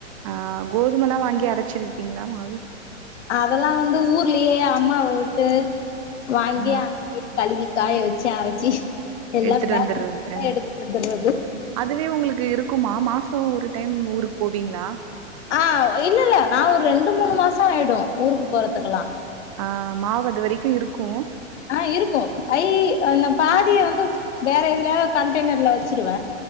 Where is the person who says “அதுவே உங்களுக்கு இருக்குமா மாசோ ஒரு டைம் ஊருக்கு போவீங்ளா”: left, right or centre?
Right